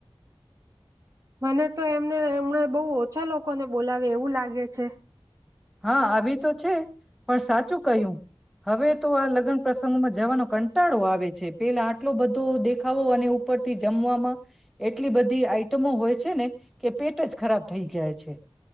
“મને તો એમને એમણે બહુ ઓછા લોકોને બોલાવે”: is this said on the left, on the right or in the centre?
Right